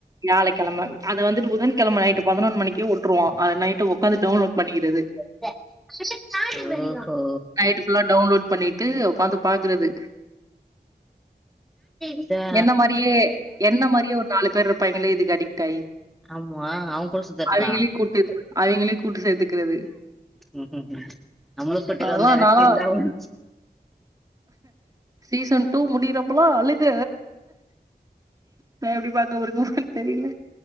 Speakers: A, on the right; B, in the centre.
A: வியாழக்கெழம அது வந்துட்டு புதன்கெழம நைட்டு பதினொன் மணிக்கே வுட்ருவா அது நைட்டு உக்காந்து டவுன்லோட் பண்ணிக்கிறது
B: ஓ ஹோ
A: நைட்டு ஃபுல்லா டவுன்லோட் பண்ணிட்டு உக்காந்து பாக்குறது
B: இதா
A: என்ன மாரியே என்ன மாரியே ஒரு நாலு பேரு இருப்பாய்ங்களே இதுக்கு அடி ட்டாயி
B: ஆமா அவன் கூட சுத்தட்டுதா
A: அவிங்களையு கூட்டு அவிங்களையு கூட்டு சேத்துக்கிறது
B: ம் ம் ம்
A: அதெல்லா நாலா சீசன் டூ முடியிறப்போலா‌ அழுக நா எப்டி பாத்த ஒரு மூன் தெரில